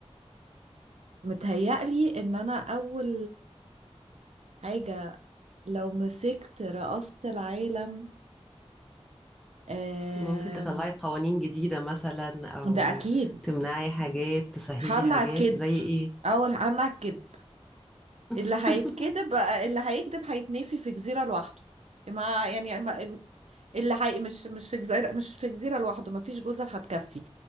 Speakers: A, on the right; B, in the centre.
A: متهيألي ان انا اول حاجة لو مسكت رئاسة العالم آم،
B: ممكن تطلعي قوانين جديدة مثلا او
A: ده اكيد
B: تمنعي حاجات تسهلي
A: همنع
B: حاجات
A: الكذب
B: زي ايه
A: اول همنع الكذب
B: <laughs>
A: اللي هيتكذب اللي هيكذب هيتنفي في جزيرة لوحده مع يعني اللي حقيقي مش مش في جزيرة مش في جزيرة لوحده مفيش جزر هتكفي